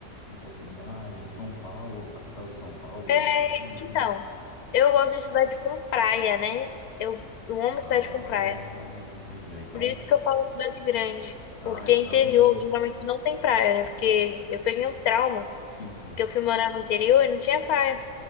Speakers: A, on the left; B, on the left.
A: de tal cidade, São Paulo, capital de São Paulo, eu
B: É,
A: gosto muito.
B: então, eu gosto de cidade com praia, né? Eu, eu amo
A: Ah,
B: cidade com praia.
A: entendi. Ah, Então,
B: Por isso que eu falo cidade grande.
A: ah,
B: Porque
A: então,
B: interior geralmente não tem praia, né? Porque eu peguei um trauma,
A: sim, sim.
B: porque eu fui morar no interior e não tinha praia.